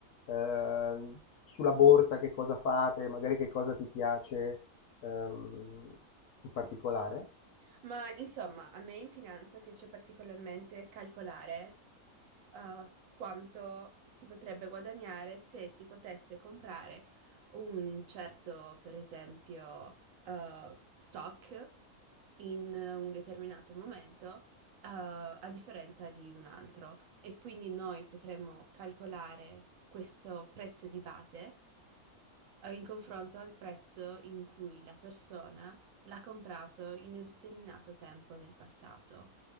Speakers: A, on the left (about 70°); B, on the right (about 70°).
A: ehm, sulla borsa, che cosa fate, magari che cosa ti piace, ehm, in particolare?
B: Ma insomma, a me in finanza piace particolarmente calcolare eh, quanto si potrebbe guadagnare se si potesse comprare un certo, per esempio, eh, stock in un determinato momento, eh, a differenza di un altro. E quindi noi potremmo calcolare questo prezzo di base eh, in confronto al prezzo in cui la persona l'ha comprato in un determinato tempo nel passato.